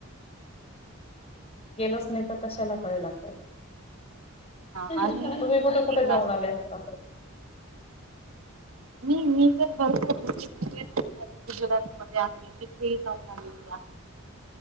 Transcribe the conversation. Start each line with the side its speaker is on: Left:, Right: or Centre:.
Left: केलंच नाही तर कशाला कळेल आपल्याला.
Right: हा
Left: <inaudible>
Right: आणि
Left: तुम्ही कुठं
Right: माहिती
Left: कुठं
Right: आहे
Left: जाऊन
Right: का
Left: आलाय आता?
Right: मी मी तर भरपूर <unintelligible> गुजरात मध्ये आहे तिथे ही जाऊन आलेली.